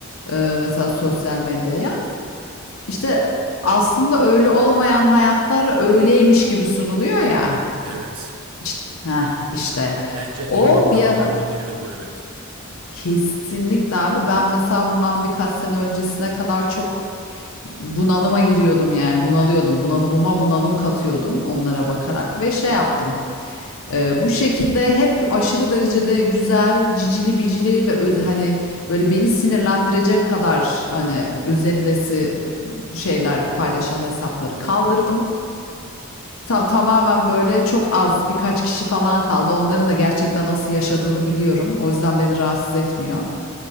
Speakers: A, on the left; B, on the right.
A: e, mesela sosyal medyaya. İşte aslında öyle olmayan hayatlar öyleymiş gibi sunuluyor ya.
B: Evet.
A: İşte, heh, işte
B: Bence en
A: o
B: büyük
A: bir
B: zararlarından
A: ara
B: biri de bu evet.
A: kesinlikle abi ben mesela bundan birkaç sene öncesine kadar çok bunalıma giriyordum yani bunalıyordum bunalımıma bunalım katıyordum onlara bakarak ve şey yaptım Ee, bu şekilde hep aşırı derecede güzel, cicili bicili ve öz- hani böyle beni sinirlendirecek kadar hani özenilesi şeyler paylaşan hesapları kaldırdım. tamamen böyle çok az birkaç kişi falan kaldı. Onların da gerçekten nasıl yaşadığını biliyorum. O yüzden beni rahatsız etmiyor.